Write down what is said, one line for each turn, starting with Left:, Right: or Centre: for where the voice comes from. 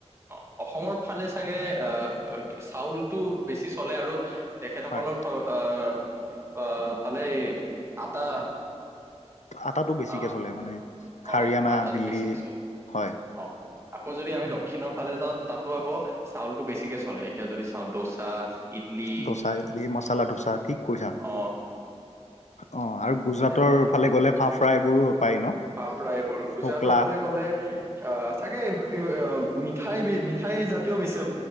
Right: অ' অসমৰ ফালে চাগে আহ চাউলটো বেছি চলে আৰু তেখেতসকলৰ
Left: হয়
Right: অ' ফালে আটা
Left: আটাটো বেছিকে
Right: আহ
Left: চলে মানে হাৰিয়ানা,
Right: অ আটাটো
Left: দিল্লী
Right: বেছি চলে
Left: হয়।
Right: অ আকৌ যদি আমি দক্ষিণৰ ফালে যাওঁ। তাতো আকৌ চাউলতটো বেছিকে চলে এতিয়া যদি চাওঁ দোচা। ইডলি
Left: ধোচা, ইডলি, মচালা ধোচা ঠিক কৈছা
Right: অ
Left: অ'। আৰু গুজৰাটৰ
Right: তে
Left: ফালে গ'লে ফা ফ্ৰাই এইবোৰো পায় ন।
Right: পা ফ্ৰাই এইবোৰ গুজৰাটৰ
Left: ঢকলা
Right: ফালে গ'লে অ' চাগে। মিঠাই মিঠাই জাতীয় বেছি